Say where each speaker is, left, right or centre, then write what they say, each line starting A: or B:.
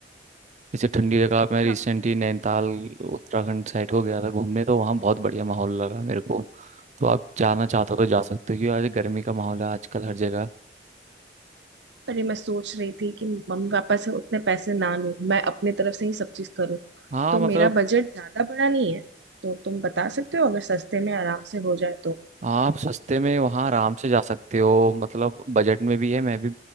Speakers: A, on the right; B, on the right.
A: जैसे ठंडी जगह मैं रिसेंटली
B: हाँ
A: नैनीताल उत्तराखंड साइड को गया था घूमने तो वहाँ बहुत बढ़िया माहौल लगा मेरे को तो आप जाना चाहते हो तो जा सकते हो क्योंकि आज गर्मी का माहौल है आजकल हर जगह
B: अरे मैं सोच रही थी कि मम्मी पापा से उतने पैसे ना लूं मैं अपने तरफ से ही सब चीज करूँ
A: हाँ
B: तो
A: मतलब
B: मेरा बजट ज्यादा बड़ा नहीं है तो तुम बता सकते हो अगर सस्ते में आराम से हो जाए तो
A: आप सस्ते में वहाँ आराम से जा सकते हो मतलब बजट में भी है मैं भी